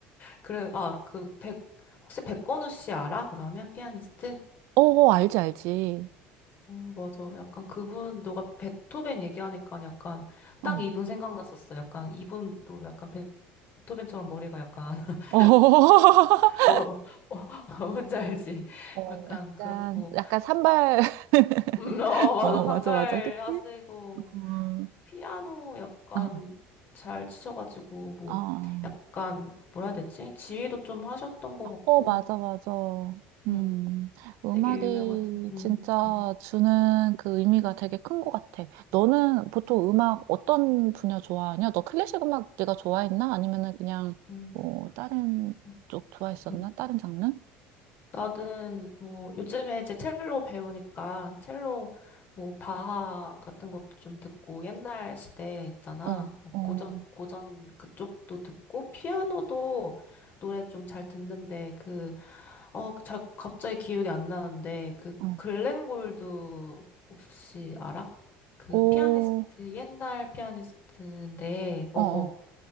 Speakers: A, on the left (about 45°); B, on the right (about 75°).
A: 그래, 아, 그, 백, 혹시 백건우 씨 알아? 그러면? 피아니스트?
B: 어, 알지, 알지.
A: 어, 맞아. 약간 그분, 너가 베토벤 얘기하니까 약간 딱
B: 어.
A: 이분 생각났었어. 약간 이분도 약간 베토벤처럼 머리가 약간, <laughs>
B: 어. <laughs>
A: 뭐, 뭐, <laughs> 뭔지 알지?
B: 어,
A: 약간
B: 약간,
A: 그렇고.
B: 약간 산발.
A: 음, 어,
B: <laughs>
A: 맞아.
B: 어,
A: 산발
B: 맞아, 맞아. 그치?
A: 하시고,
B: 음,
A: 피아노 약간
B: 어,
A: 잘 치셔가지고, 뭐,
B: 어,
A: 약간, 뭐라 해야 되지? 지휘도 좀 하셨던 것 같고,
B: 어, 맞아, 맞아. 음,
A: 음,
B: 음악이
A: 되게 유명하죠. 음,
B: 진짜
A: 음,
B: 주는 그 의미가 되게 큰 것 같아. 너는 보통 음악 어떤 분야 좋아하냐? 너 클래식 음악 네가 좋아했나? 아니면은 그냥
A: 음,
B: 뭐 다른
A: 음.
B: 쪽 좋아했었나?
A: 음.
B: 다른 장르?
A: 나는 뭐 요즘에 이제 첼로 배우니까 첼로 뭐 바하 같은 것도 좀 듣고 옛날 시대 있잖아.
B: 어,
A: 뭐
B: 어,
A: 고전 고전 그쪽도 듣고 피아노도 노래 좀 잘 듣는데 그어잘 갑자기 기억이 안 나는데 그
B: 어,
A: 글렌 골드 혹시 알아? 그
B: 오,
A: 피아니스트 옛날 피아니스트인데 어어
B: 어, 어,